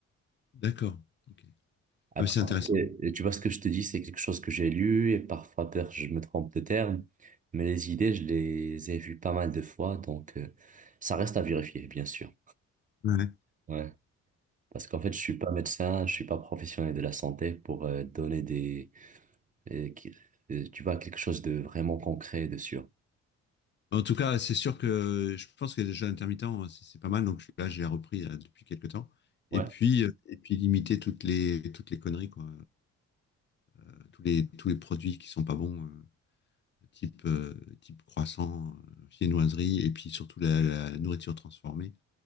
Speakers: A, on the left; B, on the right.
A: D'accord. Ok. Ah,
B: Après,
A: mais c'est intéressant.
B: euh, tu vois ce que je te dis, c'est quelque chose que j'ai lu et parfois peut-être je me trompe de terme, mais les idées, je les ai vues pas mal de fois, donc euh, ça reste à vérifier, bien sûr.
A: Ouais.
B: Ouais. Parce qu'en fait, je suis pas médecin, je suis pas professionnel de la santé pour euh, donner des et qui- euh, tu vois, quelque chose de vraiment concret, de sûr.
A: En tout cas, c'est sûr que je pense que les jeux intermittents, c'est c'est pas mal. Donc je- là, je l'ai repris là, depuis quelques temps.
B: Ouais.
A: Et puis, euh, et puis limiter toutes les, toutes les conneries, quoi. Euh, Tous les, tous les produits qui sont pas bons, euh, type, euh, type croissant, euh, viennoiserie, et puis surtout la, la nourriture transformée.